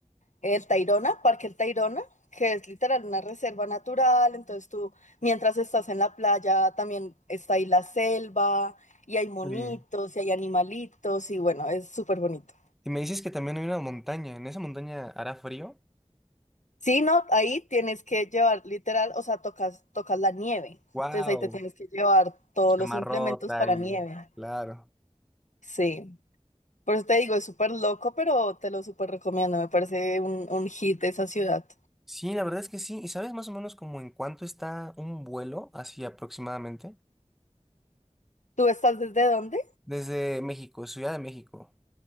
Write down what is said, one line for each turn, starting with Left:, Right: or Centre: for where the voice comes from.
Left: El Tayrona, Parque El Tayrona, que es literal una reserva natural, entonces tú mientras estás en la playa también está ahí la selva y hay monitos
Centre: Sí.
Left: y hay animalitos y bueno, es súper bonito.
Centre: Y me dices que también hay una montaña. ¿En esa montaña hará frío?
Left: Sí, no, ahí tienes que llevar literal, o sea, tocas, tocas la nieve,
Centre: ¡Wow!
Left: entonces ahí te tienes que llevar todos
Centre: Camarota
Left: los implementos para
Centre: y...
Left: nieve.
Centre: Claro.
Left: Sí. Por eso te digo, es súper loco, pero te lo súper recomiendo. Me parece un, un hit de esa ciudad.
Centre: Sí, la verdad es que sí. ¿Y sabes más o menos como en cuánto está un vuelo, así aproximadamente?
Left: ¿Tú estás desde dónde?
Centre: Desde México, Ciudad de México.